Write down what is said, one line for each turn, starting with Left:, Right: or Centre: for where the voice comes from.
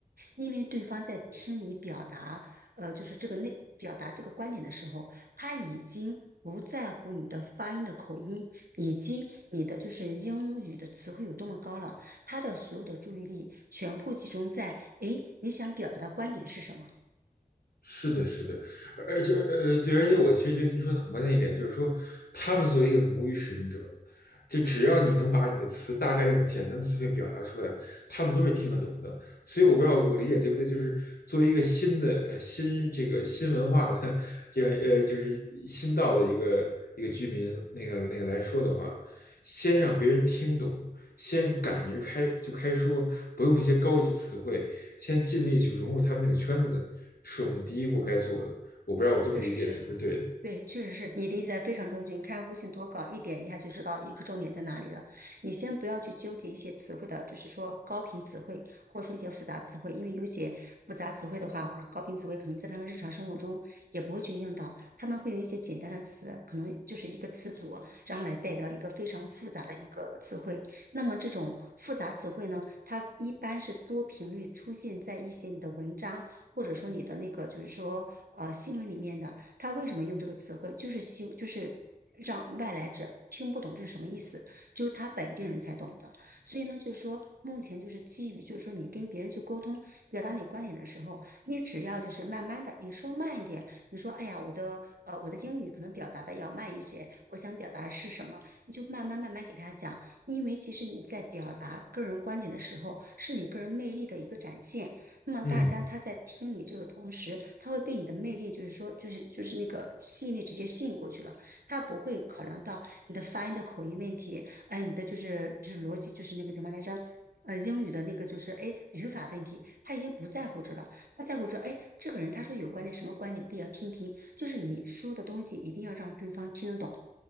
Right: 因为对方在听你表达，
Left: 嗯
Right: 呃，就是这个内表达这个观点的时候，他已经不在乎你的发音的口音，以及你的就是英语的词汇有多么高了，他的所有的注意力全部集中在，诶，你想表达的观点是什么？
Left: 是的，是的，而且呃，对，而且我其实觉得您说的很关键一点，就是说他们作为一个母语使用者，就只要你能把你的词大概用简单的词汇表达出来，他们都是听得懂的。所以我不知道我理解对不对，就是作为一个新的呃新这个新文化的这样呃就是新到的一个一个居民那个那个来说的话，先让别人听懂，先敢于开就开说，不用一些高级词汇，先尽力去融入他们那个圈子，是我们第一步该做的。我不知道我这么理解是不是对的？
Right: 确实是，对，确实是你理解的非常正确。你看，悟性多高，一点一下就知道一个重点在哪里了。你先不要去纠结一些词汇的，就是说高频词汇，或者说一些复杂词汇，因为有些复杂词汇的话，或者高频词汇，可能在他们日常生活中也不会去用到，他们会用一些简单的词，可能就是一个词组，然后来代表一个非常复杂的一个词汇。那么这种复杂词汇呢，它一般是多频率出现在一些你的文章。或者说你的那个就是说呃新闻里面的，他为什么用这个词汇，就是希就是让外来者听不懂这是什么意思，只有他本地人才懂的。所以呢，就是说目前就是基于就是说你跟别人去沟通、表达你观点的时候，你只要就是慢慢的，你说慢一点，你说哎呀我的呃我的英语可能表达的要慢一些，我想表达的是什么，你就慢慢慢慢给他讲，因为其实你在表达个人观点的时候，是你个人魅力的一个展现。那么大家他在听你这个同时，
Left: 嗯。
Right: 他会被你的魅力，就是说，就是就是那个吸引力直接吸引过去了。他不会考量到你的发音的口音问题，哎，你的就是就是逻辑，就是那个叫什么来着？呃，英语的那个就是哎语法问题，他已经不在乎这了，他在乎说，哎，这个人他说有观点什么观点，我也要听听，就是你说的东西一定要让对方听得懂，